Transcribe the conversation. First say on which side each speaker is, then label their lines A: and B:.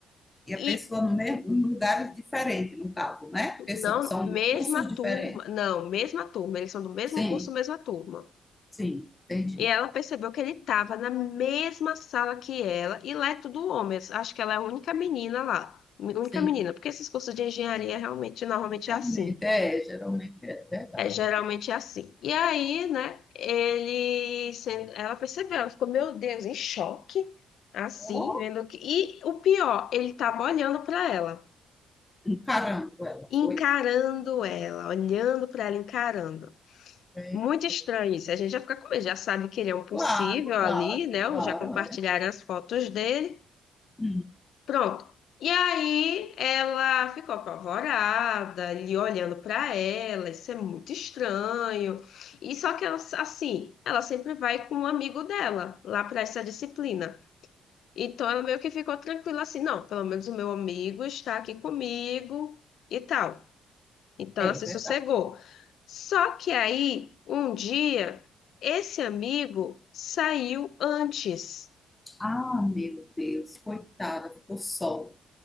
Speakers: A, on the left; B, on the left.
A: e a
B: E
A: pessoa no mesmo, em lugares diferentes, no caso, né? Porque
B: não,
A: são, são
B: mesma
A: cursos
B: turma,
A: diferentes.
B: não, mesma turma, eles são do mesmo
A: Sim,
B: curso, mesma turma.
A: sim, entendi.
B: E ela percebeu que ele estava na mesma sala que ela, e lá é tudo homens, acho que ela é a única menina lá. Única
A: Sim,
B: menina, porque esses cursos de engenharia realmente normalmente
A: realmente,
B: é assim.
A: é, geralmente é verdade.
B: É, geralmente é assim. E aí, né, ele, sen- ela percebeu, ela ficou, meu Deus, em choque, assim,
A: Oh,
B: vendo que. E o pior, ele tava olhando para ela,
A: um carango ela
B: encarando
A: foi.
B: ela, olhando para ela, encarando.
A: É,
B: Muito estranho
A: é.
B: isso. A gente já fica com medo, já sabe que ele é um possível
A: Claro, claro,
B: ali, né?
A: claro,
B: Já compartilharam
A: é.
B: as fotos dele.
A: Hum,
B: Pronto. E aí ela ficou apavorada, ele olhando pra ela, isso é muito estranho. E só que ela, assim, ela sempre vai com um amigo dela lá pra essa disciplina. Então ela meio que ficou tranquila assim, não, pelo menos o meu amigo está aqui comigo e tal. Então
A: é
B: ela se
A: verdade.
B: sossegou. Só que aí, um dia, esse amigo saiu antes.
A: Ah, meu Deus, coitada, ficou sol.